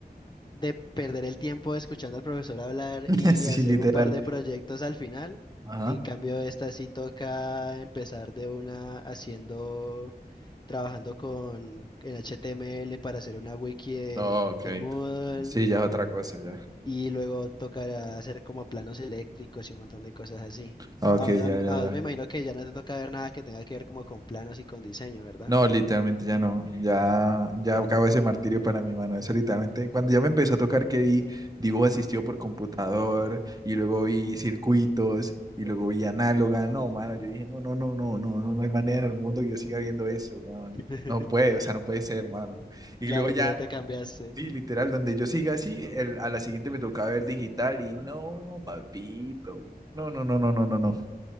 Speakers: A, on the left; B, on the right.
A: de perder el tiempo escuchando al profesor hablar
B: <laughs>
A: y
B: Sí,
A: hacer
B: literal.
A: un par de proyectos al final.
B: Ajá.
A: En cambio, esta sí toca empezar de una haciendo, trabajando con en HTML para hacer una wiki de,
B: Oh, ok.
A: de Moodle
B: Sí, ya es otra cosa, ya.
A: y luego tocará hacer como planos eléctricos y un montón de cosas así.
B: Ok,
A: A, a-
B: ya, ya, ya.
A: a vos me imagino que ya no te toca ver nada que tenga que ver como con planos y con diseño, ¿verdad?
B: No, literalmente ya no. Ya, ya acabó ese martirio para mi mano. Eso literalmente, cuando ya me empezó a tocar que vi dibujo asistido por computador y luego vi circuitos y luego vi análoga. No, mano, yo dije, no, no, no, no, no, no, no hay manera en el mundo que yo siga viendo eso, weón.
A: <laughs>
B: No puede, o sea, no puede ser, mano. Y
A: Claro,
B: luego ya
A: pero te cambiaste.
B: Sí, literal, donde yo siga así, el- a la siguiente me toca ver digital y no, papito. No, no, no, no, no, no, no.